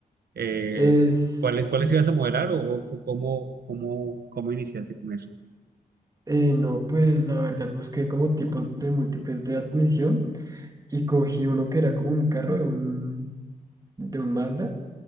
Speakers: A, on the right (about 85°); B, on the right (about 25°).
A: eh,
B: Es,
A: ¿cuáles, cuáles
B: es-
A: ibas a modelar o, o cómo, cómo, cómo iniciaste con eso?
B: eh, no, pues la verdad busqué como tipos de múltiples de admisión y cogí uno que era como un carro de un, de un Mazda